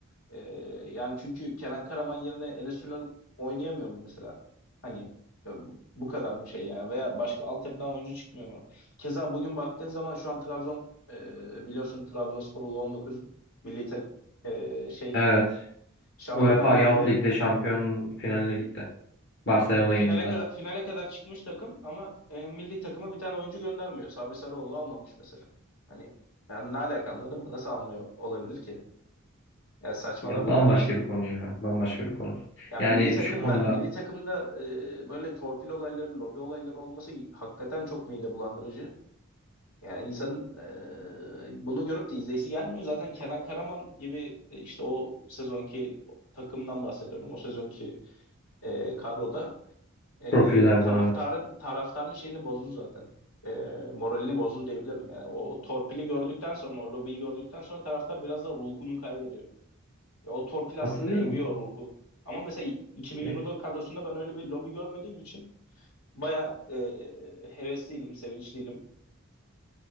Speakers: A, on the left; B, on the left.
A: E, yani çünkü Kenan Karaman yerine Enes Ünal oynayamıyor mu mesela? Hani e, bu kadar mı şey yani veya başka altyapıdan oyuncu çıkmıyor mu? Keza bugün baktığın zaman şu an Trabzon e, biliyorsun Trabzonspor U19 milli tak- e, şey
B: Evet.
A: Şampiyonlar
B: UEFA
A: Ligi'nde
B: Youth Lig'de şampiyon finaline gitti. Barcelona
A: Finale
B: yenildiler.
A: kadar finale kadar çıkmış takım ama e, milli takıma bir tane oyuncu göndermiyor. Sabri Sarıoğlu almamış mesela. Hani yani ne alaka anladın mı? Nasıl almıyor olabilir ki? Ya saçmalara
B: Ya
A: bakar
B: bambaşka
A: mısın?
B: bir konu ya. Bambaşka bir konu.
A: Ya
B: Yani
A: milli takımda
B: şu konuda
A: milli takımda e, böyle torpil olayları, lobi olayları olması hakikaten çok mide bulandırıcı. Yani insanın e, bunu görüp de izleyisi gelmiyor. Zaten Kenan Karaman gibi e, işte o sezonki takımdan bahsediyorum. O sezonki e, kadroda e,
B: profillerden
A: taraftarın
B: evet.
A: taraftarın şeyini bozdu zaten. E, moralini bozdu diyebilirim yani. O, o torpili gördükten sonra, o lobiyi gördükten sonra taraftar biraz da ruhunu kaybediyor. Ya o torpil
B: Katılıyorum.
A: aslında emiyor ruhu. Ama mesela 2024
B: E,
A: kadrosunda ben öyle bir lobi görmediğim için baya hevesliydim, sevinçliydim.